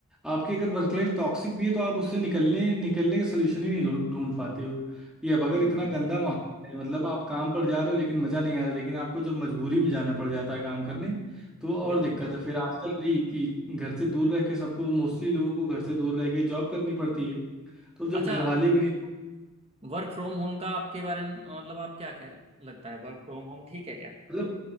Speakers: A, in the centre; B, on the right.
A: आपकी अगर वर्क लाइफ टॉक्सिक भी है तो आप उससे निकलने निकलने के सोल्यूशन ही नहीं ढूंढ ढूंढ पाते हो ये अब अगर
B: हम्म
A: इतना
B: हम्म,
A: गंदा माहौल है मतलब आप काम पर जा रहे हो लेकिन मजा नहीं आ रहा लेकिन आपको जब मजबूरी में जाना पड़ जाता है काम करने तो वो और
B: बिल्कुल
A: दिक्कत
B: बिल्कुल
A: है फिर आजकल वही कि घर से दूर रह के सबको मोस्टली लोगों को घर से दूर रह के जॉब करनी पड़ती है तो जब
B: अच्छा
A: घर वाले भी नहीं
B: वर्क फ्रॉम होम का आपके बारे में अ, मतलब आप क्या क्या लगता है वर्क फ्रॉम होम ठीक है क्या
A: मतलब